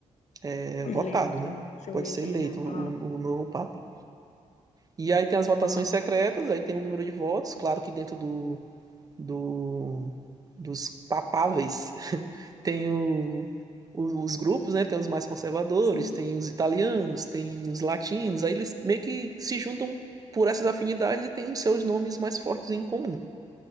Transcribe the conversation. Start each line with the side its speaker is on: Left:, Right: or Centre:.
Right: é,
Left: Eleito,
Right: votado, né?
Left: se
Right: Pode
Left: eleger,
Right: ser eleito
Left: né?
Right: o,
Left: Ah,
Right: o novo Papa. E aí tem as votações
Left: ah.
Right: secretas, aí tem o número de votos, claro que dentro do, do, dos papáveis <laughs> tem o, o- os grupos, né? Tem os mais conservadores,
Left: Sim,
Right: tem os italianos, tem os latinos, aí eles meio que se juntam por essas afinidades e têm os seus nomes mais fortes em comum.